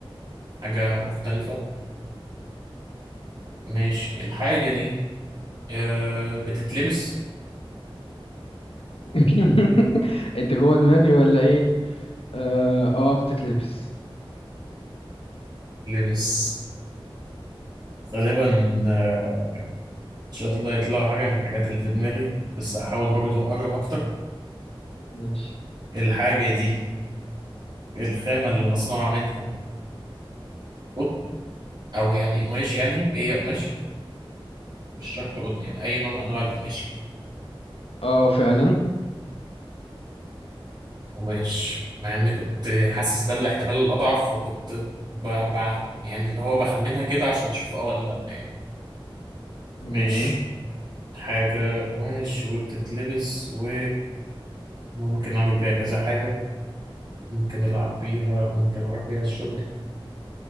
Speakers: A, on the right; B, on the left.
A: حاجة مختلفة ماشي الحاجة دي آه، بتتلبس
B: <laughs> انت جوه دماغي ولا ايه اه آه، بتتلبس
A: لبس غالبا آه، إن شاء الله يطلعوا حاجة من الحاجات اللي في دماغي بس هحاول برضو أقرب أكتر
B: ماشي
A: الحاجة دي الخامة اللي مصنوعة منها قطن أو يعني قماش يعني هي قماش مش شرط قطن يعني أي نوع من أنواع القماش يعني
B: اه فعلا
A: قماش مع إني كنت حاسس ده الاحتمال الأضعف فكنت ب... ب... يعني اللي هو بخمنها كده عشان أشوف أه ولا لأ يعني
B: تمام
A: ماشي حاجة قماش وبتتلبس و ممكن أعمل بيها كذا حاجة ممكن ألعب بيها ممكن أروح بيها الشغل